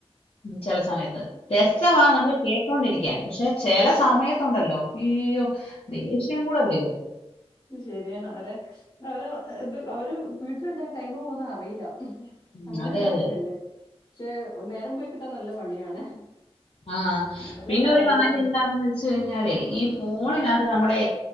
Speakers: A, on the left (about 65°); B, on the left (about 40°).
A: ചെല സമയത്ത് രസവാ നമ്മക്ക് കേട്ടൊണ്ടിരിക്കാൻ പക്ഷെ ചെല സമയത്ത് അയ്യോ ദേഷ്യം കൂടെ വരുവാ
B: അത് ശരിയാണ് അവരെ അവരെ ഇത് അവര് വീട്ടിലുണ്ടായ ടൈമ് പോകുന്ന അറിയില്ല
A: ഉം,
B: അങ്ങനെ
A: അതെ
B: ഒരു
A: അതെ
B: കാര്യവുണ്ട് പക്ഷെ നേരം പോയി കിട്ടാൻ നല്ല പണിയാണ്
A: ആ
B: ഇവരുടെ
A: പിന്നെ
B: ബഹളവും
A: ഒരു കാര്യം എന്താണെന്ന് വെച്ച് കഴിഞ്ഞാലേ ഈ ഫോണിനകത്ത് നമ്മുടെ